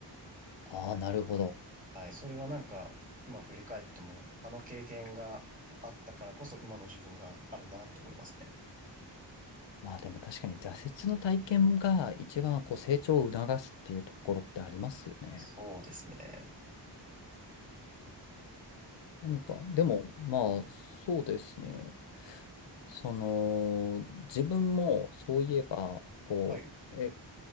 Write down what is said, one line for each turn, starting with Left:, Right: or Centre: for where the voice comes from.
Left: ああ、なるほど。
Right: はい。それはなんか、今振り返っても、あの経験があったからこそ今の自分があるなと思いますね。
Left: まあ、でも確かに挫折の体験が一番こう成長を促すっていうところってありますよね。
Right: そうですね。
Left: 何か、でも、まあ、そうですね。その、自分もそういえば、こう、
Right: はい。
Left: え、